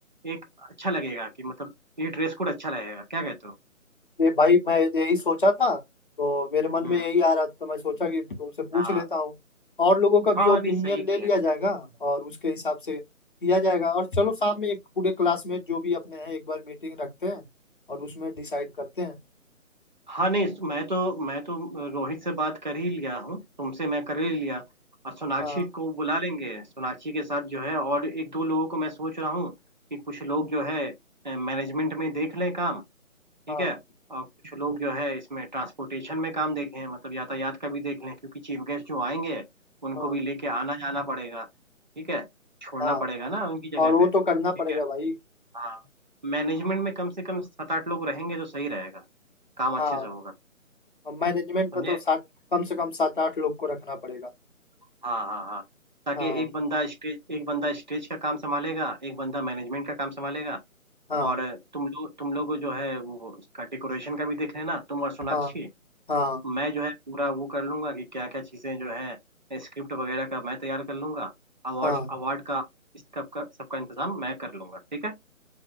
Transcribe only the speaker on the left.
ये भाई मैं यही सोचा था तो मेरे मन
में यही आ रहा था तो मैं सोचा कि तुमसे पूछ
लेता हूँ और लोगों का भी
ओपिनियन
ले
लिया जाएगा और उसके हिसाब से किया जाएगा और चलो शाम में एक पूरे क्लासमेट जो भी अपने हैं एक बार मीटिंग रखते हैं और उसमें डिसाइड करते हैं
हाँ
हाँ
हाँ
हाँ
और वो
तो करना पड़ेगा
भाई
हाँ
मैनेजमेंट
में तो सात कम से कम सात आठ लोग को रखना पड़ेगा
हाँ
हाँ
हाँ हाँ
हाँ